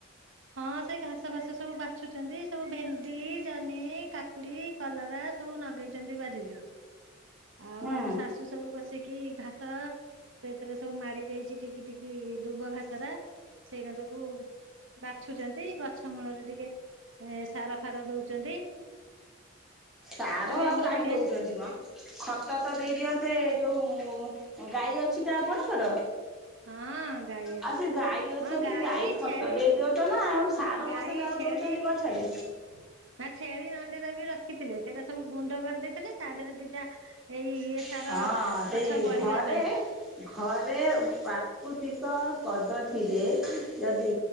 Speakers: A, on the right; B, in the centre.
A: ହଁ ସେ ଘାସ ଫାସ ସବୁ ବାଛୁଚନ୍ତି ସବୁ ଭେଣ୍ଡି, ଜହ୍ନି, କାକୁଡି କଲରା ସବୁ ନଗେଇଚନ୍ତି ବାଡି ରେ। ଆଉ
B: ହୁଁ।
A: ଆମ ଶାଶୁ ସବୁ ବସିକି ଘାସ ସେଥିରେ ସବୁ ମାଡି ଯାଇଛି ଟିକି ଟିକି ଦୁବ ଘାସରା ସେଇଟା ସବୁ ବାଛୁଚନ୍ତି ଗଛ ମୂଳରେ ଟିକେ ଏ ସାର ଫାର ଦଉଚନ୍ତି
B: ସାର ଆଉ
A: ଆମର
B: କାଇଁ
A: ବଢିଆ
B: ଦଉଚନ୍ତି ମ? ଖତ ତ ଦେଇଦିଅନ୍ତେ ଯୋଉ ଗାଈ ଅଛି ତ ଆପଣଙ୍କର?
A: ହଁ ଗାଈ ଅଛି
B: ଆଉ ସେ ଗାଈ ଅଛନ୍ତି
A: ହଁ
B: ଗାଈ ଖତ
A: ଛେଳି
B: ଦେଇ ଦିଅନ୍ତ ନା ଆଉ ସା ସାର
A: ଗାଈ
B: ମସଲା ଆଉ
A: ଛେଳି
B: ଦଉଚନ୍ତି ଗଛରେ।
A: ହଁ ନା ଛେଳି ନଣ୍ଡି ବି ରଖିଥିଲେ ସେଇଟା ସବୁ ଗୁଣ୍ଡ କରିଦେଇଥିଲେ ତା ଦେହରେ ଦିଟା ଏଇ ଇଏ ସାର
B: ହଁ ସେଇ
A: ଗଛ ବଢିବା
B: ଘରେ
A: ପାଇଁ
B: ଘରେ ପ୍ରାକୃତିକ ପଦ୍ଧତିରେ ଯଦି